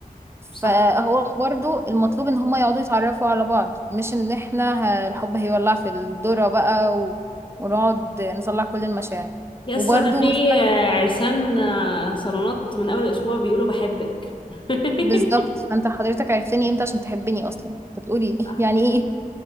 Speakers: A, on the right; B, on the left.
A: فهو
B: صح
A: برضو المطلوب ان هما يقعدوا يتعرفوا على بعض مش ان احنا ه- الحب هيولع في الذرة بقى و... ونقعد نطلع كل المشاعر
B: يسا
A: وبرضو
B: ده في
A: مثلا
B: آه، عرسان آه، صالونات من أول أسبوع بيقولوا بحبك <laughs>
A: بالظبط فانت حضرتك عرفتني امتى عشان تحبني اصلا انت بتقولي
B: صح
A: <laughs> يعني ايه